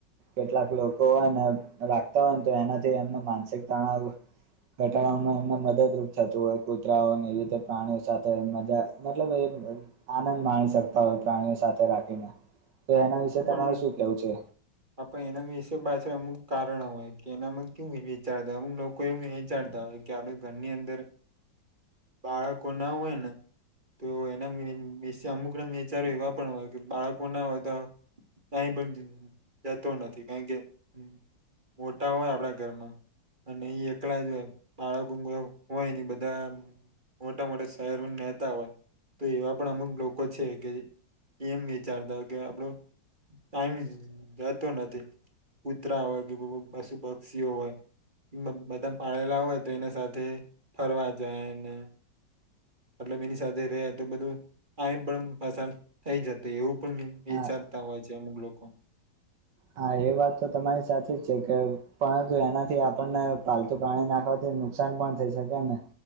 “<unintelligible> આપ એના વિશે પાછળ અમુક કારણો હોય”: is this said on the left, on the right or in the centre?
Right